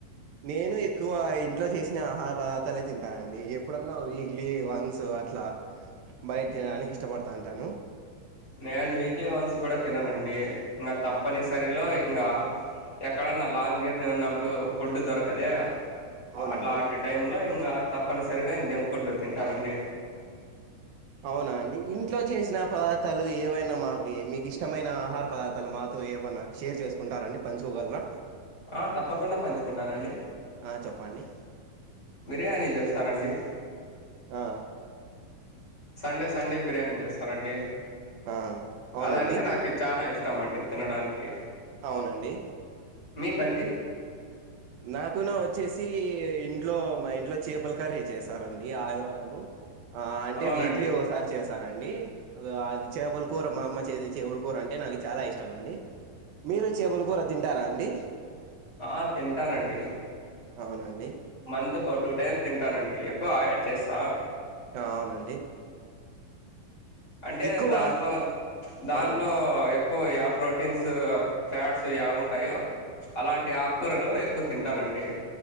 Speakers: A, on the right; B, on the left.
A: నేను ఎక్కువ ఇంట్లో చేసిన ఆహార పదార్థాలు తింటానండి ఎప్పుడన్నా వీక్లీ వన్స్ అట్లా బయట తీడానికి ఇష్టపడ్ తంటాను
B: నేను వీక్లీ వన్స్ కూడా తిననండి ఇంగా తప్పనిసరిలో ఇంగా ఎక్కడన్నా లాంగ్ జర్నీ ఉన్నప్పుడు ఫుడ్ దొరకదే
A: అవునండి
B: అట్లాంటి టైమ్ లో ఇంగా తప్పనిస <unintelligible> ఇంగ జంక్ ఫుడ్ తింటానుండి
A: అవునా అండి ఇంట్లో చేసిన పదార్థాలు ఏవైనా మాకి మీకు ఇష్టమైన ఆహార పదార్థాలు మాతో ఏమైనా షేర్ చేసుకుంటారండి పంచుకోగలర
B: ఆ తప్పకుండా పంచుకుంటానండి
A: ఆ చెప్పండి
B: బిర్యానీ చేస్తానండి
A: ఆ
B: సండే సండే బిర్యానీ చేస్ స్తానండీ
A: ఆ అవునండి
B: అదంటే నాకు చానా ఇష్ ష్టంమండి తినడానికి
A: అవునండి
B: మీకండి
A: నాగుణా వచ్చేసి ఇంట్లో మా ఇంట్లో చేపల కర్రీ చేస్తారండి ఆదివారము ఆ అంటే
B: అవునండి
A: వీక్లీ ఓసారి చేసారండి అది చేపల కూర మా అమ్మ చేసే చేపల కూర అంటే నాకు చాలా ఇష్టం అండి మీరు చేపల కూర తింటారా అండి
B: ఆ తింటానండి
A: అవునండి
B: మంత్ ఒక టూ టైమ్స్ తింటానండి ఎక్కువ ఆయడ్ చేసా
A: అవునండి
B: అంటే
A: ఎక్కువ
B: దాంట్లో దాంట్లో
A: అవునండి
B: ఎక్కువ యా ప్రోటీన్స్ ఫ్యాట్స్ యావి ఉంటాయో అలాంటి ఆకుకూరలు ఎక్కువ తింటానండి